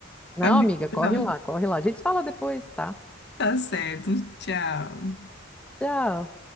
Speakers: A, in the centre; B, on the left (about 55°).
A: Não,
B: Tá, bom,
A: amiga, corre
B: então.
A: lá, corre lá. A gente se fala depois, tá?
B: Tá certo. Tchau.
A: Tchau.